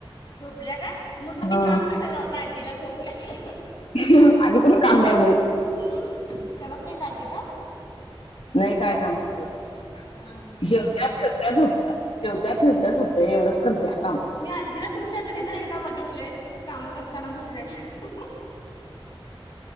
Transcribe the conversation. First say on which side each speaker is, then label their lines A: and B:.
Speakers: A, on the left; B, on the left.
A: झोपल्या का मग तुम्ही
B: हा
A: काम कशाला लावता आजीला झोपल्या तर
B: आम्ही कुठं काम लाव लय.
A: हम्म करत नाही का आजी काम
B: नाही काय काम करत.
A: हम्म हम्म
B: जेवत्या फिरत्या झोपत्या जेवत्या फिरत्या झोपत्या एवढंच करतेया काम.
A: मी आजीला तुमच्या घरी तर एकदा बघितलंय काम करताना दुसऱ्याच्या.